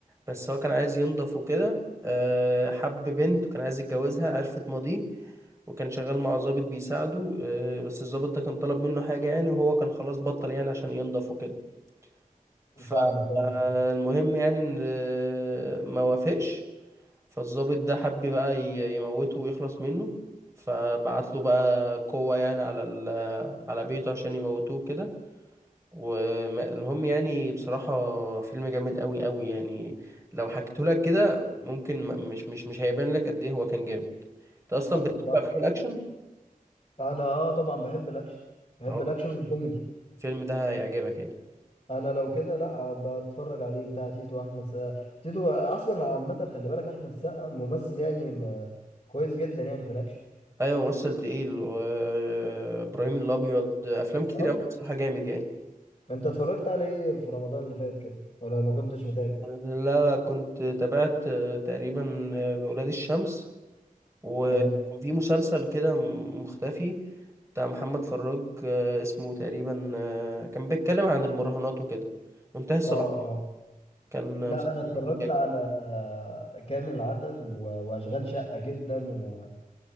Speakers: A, on the right; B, on the left.
A: بس هو كان عايز ينضف وكده آه، حب بنت وكان عايز يتجوزها عرفت ماضيه وكان شغال مع ضابط بيساعده آه، بس الضابط ده كان طلب منه حاجة يعني وهو كان خلاص بطل يعني عشان ينضف وكده فالمهم
B: فاهمك انا
A: يعني ان آه، ما وافقش فالضابط ده حب بقى ي- يموته ويخلص منه فبعت له بقى قوة يعني على ال على بيته عشان يموتوه كده والمهم يعني بصراحة فيلم جامد قوي قوي يعني لو حكيته لك كده ممكن ما- مش مش مش هيبان لك قد ايه هو كان جامد انت اصلا
B: لا
A: بتحب
B: طبعا
A: افلام الاكشن
B: انا اه طبعا بحب الاكشن بحب
A: اه
B: الاكشن والكوميدي
A: الفيلم ده هيعجبك يعني
B: انا لو كده لا بتفرج عليه بتاع تيتو احمد سقا تيتو اصلا عامة خلي بالك احمد سقا ممثل يعني ما- كويس جدا يعني في الاكشن
A: ايوه ممثل تقيل وابراهيم الابيض افلام كتير
B: اه
A: قوي بصراحة جامد يعني
B: انت اتفرجت على ايه في رمضان اللي فات كده ولا ما كنتش متابع
A: لا لا كنت تابعت آه، تقريبا آه، ولاد الشمس وكان
B: حلو
A: في مسلسل كده مختفي بتاع محمد فراج آه، اسمه تقريبا آه، كان بيتكلم عن المراهنات وكده منتهي الصلاحية
B: اه اه
A: كان
B: لا
A: مسلسل
B: انا اتفرجت
A: جامد
B: على آه، كامل العدد و- واشغال شقة جدا و-